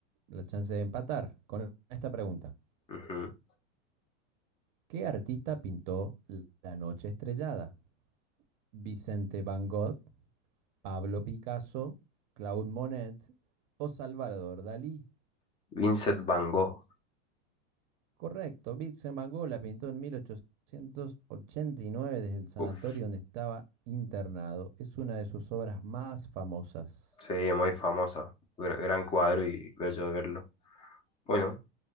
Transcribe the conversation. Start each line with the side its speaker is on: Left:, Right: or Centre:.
Right: la chance de empatar con esta pregunta.
Left: Ujú.
Right: ¿Qué artista pintó La Noche Estrellada? ¿Vicente Van Gogh, Pablo Picasso, Claude Monet o Salvador Dalí?
Left: Vincent Van Gogh.
Right: Correcto, Vincent Van Gogh la pintó en 1889 desde el sanatorio
Left: Uf,
Right: donde estaba internado. Es una de sus obras más famosas.
Left: sí, muy famoso. Gr- gran cuadro y bello de verlo. Bueno,